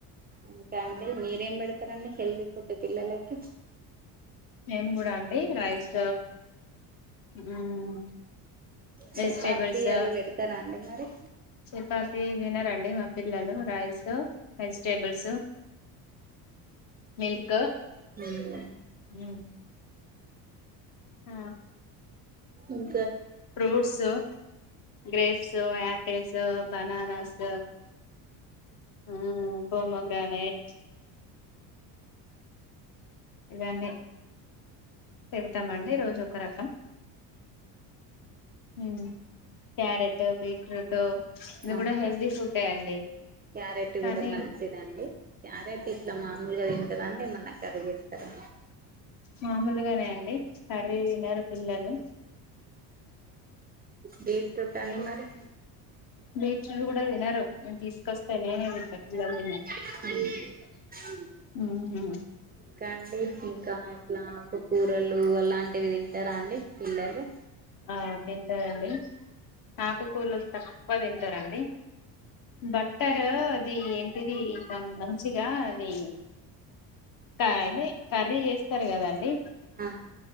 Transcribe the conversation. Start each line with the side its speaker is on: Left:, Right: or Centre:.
Right: ఇంకా అండి మీరేం పెడతారండి హెల్దీ ఫుడ్ పిల్లలకి
Left: మేం కూడా అండి రైస్ మ్ వెజిటేబుల్స్
Right: చపాతి అది పెడతారా అండి మరి
Left: చపాతి తినరండి మా పిల్లలు రైస్ వెజిటేబుల్స్ మిల్క్
Right: ఉమ్
Left: ఉమ్ ఆ
Right: ఉమ్
Left: ఫ్రూట్స్ గ్రేప్సు ఆపిల్స్ బననాస్ హ్మ్ ప్రోమోగానేట్ దండి పేడ్తామండి రోజు ఒక రకం హ్మ్ క్యారెట్ బీట్రూటు ఇది
Right: అవునా
Left: కూడా హెల్దీ ఫుడ్డే అండి
Right: క్యారెట్
Left: కానీ
Right: కూడా మంచిదండి క్యారెట్ ఇట్లా మామూలుగా తింటనంటే ఏమన్నా కర్రీ చేస్తారా
Left: మామూలుగానే అండి కర్రీ తినరు పిల్లలు
Right: బీట్రూట్ అండి మరి
Left: బీట్రూట్ కూడా తినరూ తీసుకొస్తే నేనే తింటా పిలల్ తి
Right: <unintelligible>
Left: ఉహు
Right: ఇంకా అండి ఇంకా ఇట్లా ఆకూరలు అలాంటివి తింటారా అండి పిల్లలు
Left: ఆ తింటారండి ఆకుకూరలు తక్కువ తింటారండి బట్టరు అది ఎంటిది మంచిగా అది అదే కర్రీ చేస్తారు కదండి
Right: ఆ